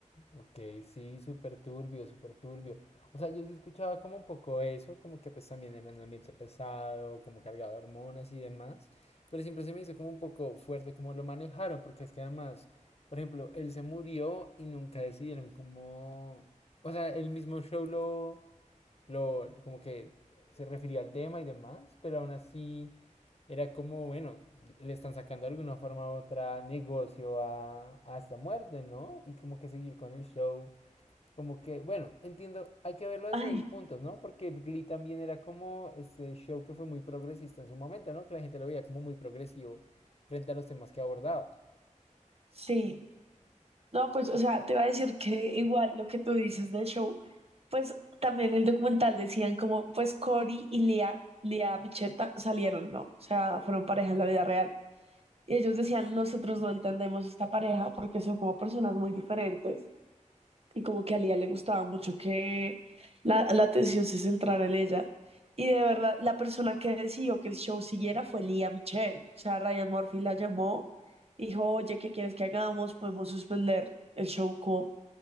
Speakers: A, on the left; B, on the right.
A: Ok, sí, súper turbio, súper turbio. O sea, yo sí escuchaba como un poco eso, como que pues también era un ambiente pesado, como cargado de hormonas y demás, pero siempre se me hizo como un poco fuerte como lo manejaron, porque es que además, por ejemplo, él se murió y nunca decidieron cómo... O sea, el mismo show lo, lo, como que se refería al tema y demás, pero aún así era como, bueno, le están sacando de alguna forma u otra negocio a, a esta muerte, ¿no? Y como que seguir con el show. Como que, bueno, entiendo, hay que verlo desde
B: Ay,
A: dos puntos, ¿no? Porque Glee también era como este show que fue muy progresista en su momento, ¿no? Que la gente lo veía como muy progresivo frente a los temas que abordaba.
B: sí. No, pues, o sea, te iba a decir que igual lo que tú dices del show, pues también en el documental decían como, pues Cory y Lea, Lea Micheta salieron, ¿no? O sea, fueron pareja en la vida real. Y ellos decían, nosotros no entendemos esta pareja porque son como personas muy diferentes y como que a Lía le gustaba mucho que la, la atención se centrara en ella. Y de verdad, la persona que decidió que el show siguiera fue Lía Michelle. O sea, Ryan Murphy la llamó y dijo, oye, ¿qué quieres que hagamos? Podemos suspender el show como